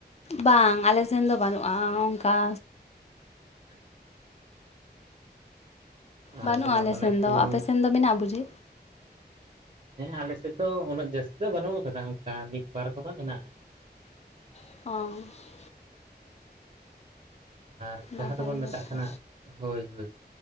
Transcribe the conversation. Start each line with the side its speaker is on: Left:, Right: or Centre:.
Left: ᱵᱟᱝ ᱟᱞᱮ ᱥᱮᱱ ᱫᱚ ᱵᱟᱹᱱᱩᱜᱼᱟ ᱚᱱᱠᱟ
Right: <inaudible> ᱟᱨ
Left: ᱵᱟᱹᱱᱩᱜᱼᱟ
Right: ᱡᱮᱢᱚᱱ
Left: ᱟᱞᱮᱥᱮᱱ
Right: ᱚᱱᱮ ᱠᱩᱧ
Left: ᱫᱚ᱾ ᱟᱯᱮ ᱥᱮᱱ ᱫᱚ ᱢᱮᱱᱟᱜ-ᱟ ᱵᱩᱡᱤ
Right: ᱦᱮᱸ ᱟᱞᱮ ᱥᱮᱫ ᱫᱚ ᱩᱱᱟᱹᱜ ᱡᱟᱹᱥᱛᱤ ᱫᱚ ᱵᱟᱹᱱᱩᱜ-ᱟ ᱠᱟᱫᱟ ᱚᱱᱠᱟ ᱢᱤᱫ ᱵᱟᱨ ᱠᱚᱫᱚ ᱢᱮᱱᱟᱜᱼᱟ᱾
Left: <unintelligible>
Right: ᱟᱨ ᱡᱟᱦᱟᱸ
Left: ᱱᱟᱯᱟᱭ
Right: ᱫᱚᱵᱚᱱ ᱢᱮᱛᱟᱜ
Left: ᱠᱟᱛᱷᱟ
Right: ᱠᱟᱱᱟ ᱦᱳᱭ ᱦᱳᱭ